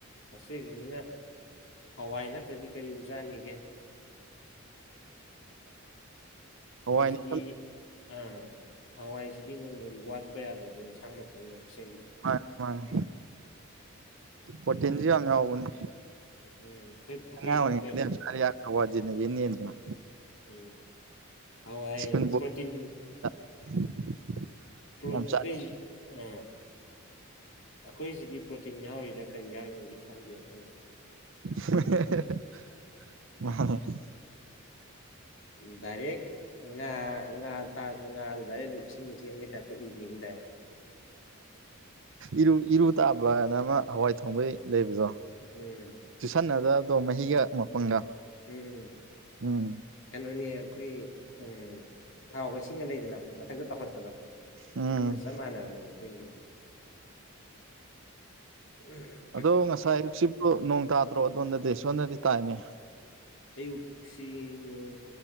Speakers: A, on the left (about 65°); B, on the right (about 60°).
A: ꯍꯣꯁꯇꯦꯜꯒꯤꯅꯤꯅ ꯍꯋꯥꯏ ꯅꯠꯇ꯭ꯔꯗꯤ ꯀꯔꯤꯕꯨ ꯆꯥꯅꯤꯒꯦ
B: ꯍꯋꯥꯏꯅ
A: ꯒꯤ ꯑ ꯍꯋꯥꯏꯁꯤꯗꯤ ꯅꯣꯡꯃꯒꯤ ꯋꯥꯠꯄ ꯌꯥꯗꯕ ꯏꯟꯁꯥꯡ ꯃꯊꯦꯜꯅꯦꯕ <unintelligible>
B: ꯃꯥꯅꯤ ꯃꯥꯅꯤ ꯄꯣꯔꯇꯤꯟꯁꯨ ꯌꯥꯝ ꯌꯥꯎꯕꯅꯤ
A: ꯎꯝ ꯑꯩꯈꯣꯏ ꯑꯩꯈꯣꯏ
B: ꯑꯉꯥꯡ
A: ꯍꯣꯏ
B: ꯑꯣꯏꯔꯤꯉꯩꯗ <unintelligible> ꯌꯦꯟ ꯌꯦꯟꯗꯅꯥ
A: ꯎꯝ ꯍꯥꯋꯥꯏ
B: ꯁ꯭ꯀꯨꯜ
A: ꯄ꯭ꯔꯣꯇꯤꯟ
B: <unintelligible>
A: <unintelligible>
B: ꯌꯥꯝ ꯆꯥꯔꯤ
A: ꯑꯩꯈꯣꯏ ꯑ ꯑꯩꯈꯣꯏ ꯁꯤꯗꯤ ꯄ꯭ꯔꯣꯇꯤꯟ ꯌꯥꯎꯔꯤꯔꯥ ꯀꯔꯤ ꯌꯥꯎꯔꯤꯅꯣꯗꯤ ꯈꯪꯗꯦ ꯑꯩꯈꯣꯏ
B: <unintelligible>
A: ꯗꯥꯏꯔꯦꯛ ꯉꯥ ꯉꯥ ꯊꯥꯛꯑꯥꯁꯨ ꯉꯥꯗꯨ ꯗꯥꯏꯔꯦꯛ ꯑꯗꯨꯝ ꯏꯁꯤꯡ ꯆꯦꯟꯕꯩ ꯇꯥꯏꯞꯇ ꯎꯕꯤꯅꯤ ꯗꯥꯏꯔꯦꯛ
B: ꯏꯔꯨ ꯏꯔꯨ <unintelligible> ꯑꯃ ꯍꯋꯥꯏ ꯊꯣꯡꯕꯩ ꯂꯩꯕꯗꯣ
A: ꯎꯝ ꯎꯝ
B: ꯆꯨꯁꯟꯅꯗꯕꯗꯣ ꯃꯍꯤꯒ ꯃꯄꯪꯒ
A: ꯎꯝ ꯎꯝ
B: ꯎꯝ
A: ꯀꯩꯅꯣꯅꯦ ꯑꯩꯈꯣꯏ ꯎꯝ ꯊꯥꯎꯒ ꯏꯁꯤꯡꯒ ꯂꯩꯗꯅ ꯃꯊꯛꯇ ꯇꯧꯈꯠꯄꯗꯣ
B: ꯎꯝ
A: ꯑꯗꯨꯒ ꯆꯞ ꯃꯥꯟꯅꯕꯅꯦ ꯑꯩꯈꯣꯏꯒꯤꯗꯤ <unintelligible>
B: ꯑꯗꯣ ꯉꯁꯥꯏ ꯑꯌꯨꯛꯁꯤꯕꯣ ꯅꯣꯡ ꯇꯥꯗ꯭ꯔꯣ ꯑꯗꯣꯝꯗꯗꯤ ꯁꯣꯗꯗꯤ ꯇꯥꯏꯅꯦ
A: ꯑꯌꯨꯛꯁꯤ ꯅꯣꯡ